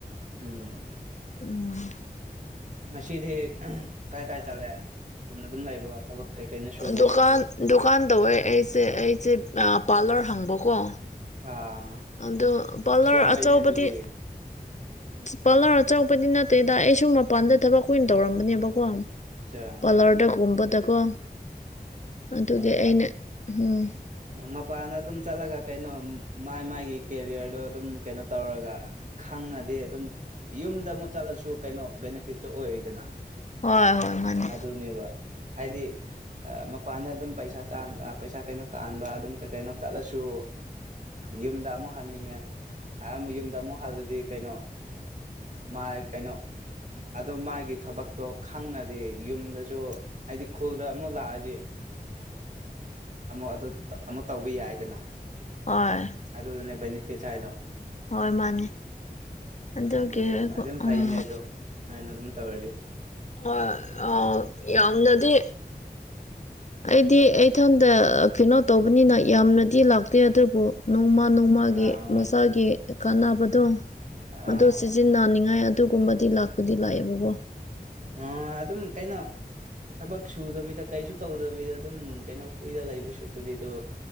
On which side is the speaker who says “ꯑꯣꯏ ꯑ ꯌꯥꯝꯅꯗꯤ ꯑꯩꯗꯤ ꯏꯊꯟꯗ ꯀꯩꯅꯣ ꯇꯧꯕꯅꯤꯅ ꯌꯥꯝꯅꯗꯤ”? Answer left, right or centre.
Left